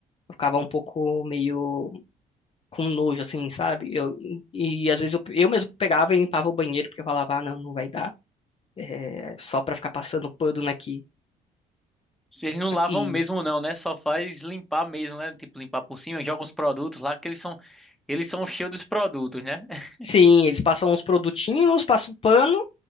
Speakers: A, on the left; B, in the centre.
A: ficava um pouco meio com nojo, assim, sabe? Eu, e às vezes eu, eu mesmo pegava e limpava o banheiro, porque eu falava, ah, não, não vai dar. é, só pra ficar passando pano aqui.
B: Vocês não lavam
A: E
B: mesmo não, né? Só faz limpar mesmo, né? Tipo, limpar por cima, joga os produtos lá que eles são eles são cheios dos produtos, né? <laughs>
A: sim, eles passam uns produtinhos, passam pano,